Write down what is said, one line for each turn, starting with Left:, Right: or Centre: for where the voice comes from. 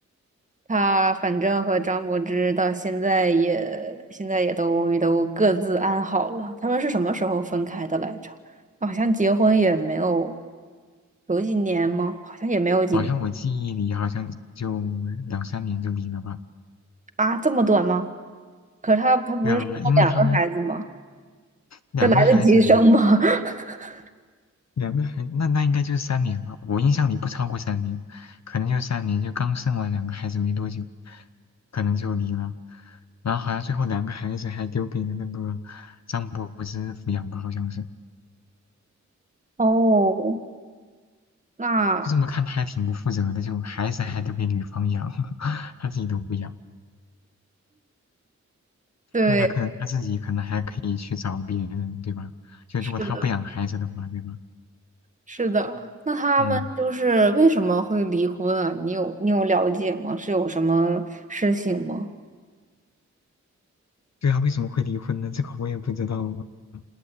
Right: 他反正和张柏芝到现在也现在也都也都各自安好了。他们是什么时候分开的来着？好像结婚也没有有几年吗？好像也没有几
Left: 好像我记忆里好像就两三年就离了吧？
Right: 啊，这么短吗？可是他他不是生了两个孩子吗？
Left: 对啊，因为他们两个孩子，
Right: 这来得及生吗？<laughs>
Left: 两个孩，那那应该就是三年吧。我印象里不超过三年，可能就三年，就刚生完两个孩子没多久，可能就离了。然后好像最后两个孩子还丢给了那个张柏芝抚养吧，好像是。
Right: 哦，那
Left: 就这么看，他还挺不负责的，就孩子还丢给女方养，<laughs> 他自己都不养。
Right: 对，
Left: 那他可能他自己可能还可以去找别人，对吧？就如果他不养孩子的话，
Right: 是的，
Left: 对吧？
Right: 是的。那他们就是为什么会离婚啊？
Left: 嗯。
Right: 你有你有了解吗？是有什么事情吗？
Left: 对啊，为什么会离婚呢？这个我也不知道啊，